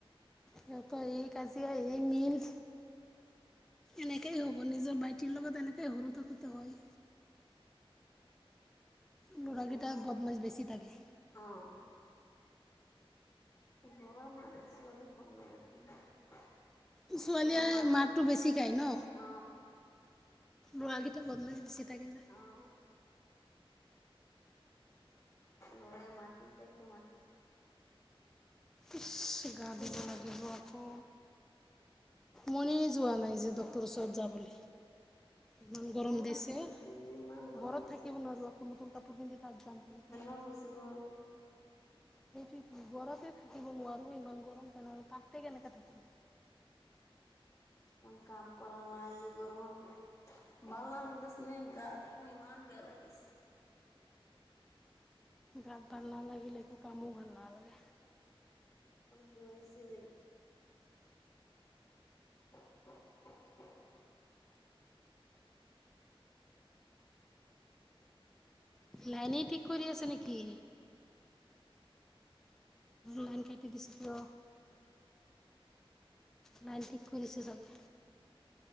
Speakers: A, in the centre; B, on the left.
A: সিহঁতৰ এই কাজিয়া, এই মিল এনেকেই হ'ব, নিজৰ ভাইটিৰ লগত এনে এই সৰু থাকোঁতে হয়। ল'ৰাকেইটা
B: ইমানটো
A: বদমাছ বেছি থাকে
B: অহ, গৰা মাৰে ছোৱালী <unintelligible>
A: ছোৱালীয়ে
B: ল'ৰা মাৰতে
A: মাৰটো বেছি খায় ন।
B: অ
A: লৰা কেইটা বটমাছ বেছি। থাকে যে
B: অ <unintelligible> লৰাই মাৰতি থাকে মাৰতি
A: ইচ্ গা ধুব
B: নামাৰে
A: লাগিব আকৌ মনে যোৱা নাই যে তোৰ‌ ওচৰত যাবলৈ ইমান গৰম
B: না
A: দিছে,
B: কি ইমান গৰম
A: ঘৰত
B: দিছে
A: থাকিব নোৱাৰোঁ, আকৌ নতুন কাপোৰ পিন্ধি তাত যাম কেনেকৈ।
B: অ' গুচি গ'ল
A: সেইটো তো, ঘৰতে থাক থাকিব নোৱাৰোঁ ইমান গৰম, তেনেহলে তাতে কেনেকে থাকিম
B: মই কাম কৰা নাই, এই গৰমৰ ভাল নালাগে দে চোন, গাতো ইমান বেয়া লাগিছে
A: গাত ভাল নালাগিলে একো কামো ভাল নালাগে
B: মই গোৱাই আছিলেগ <unintelligible>
A: লাইনেই ঠিক কৰি আছে নেকি লাইন কাটি দিছে কিয় লাইন ঠিক কৰিছে চাগে